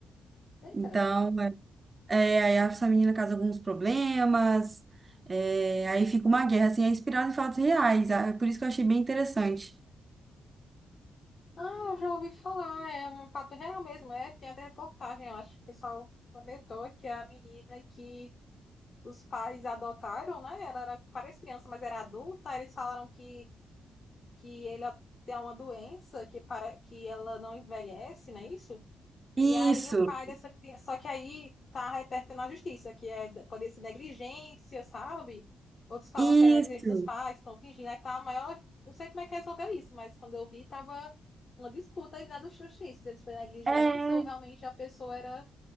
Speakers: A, on the left (about 50°); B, on the right (about 35°).
A: Eita.
B: Então, é, é, aí essa menina causa alguns problemas, é, aí fica uma guerra, assim, é inspirada em fatos reais, ah, é por isso que eu achei bem interessante.
A: Ah, eu já ouvi falar, é um fato real mesmo, é. Tem até reportagem, eu acho que o pessoal comentou que a menina que os pais adotaram, né? Ela era, parece criança, mas era adulta, eles falaram que, que ele tem uma doença que, para, que ela não envelhece, não é isso? E
B: Isso,
A: aí o pai dessa criança, só que aí tá repercutindo na justiça, que é pode ser negligência, sabe? Outros falam
B: isso.
A: que é negligência dos pais, estão fingindo, aí tá a maior, não sei como é que resolveu isso, mas quando eu vi tava uma disputa aí na do justiça, se foi negligência
B: É,
A: ou realmente a pessoa era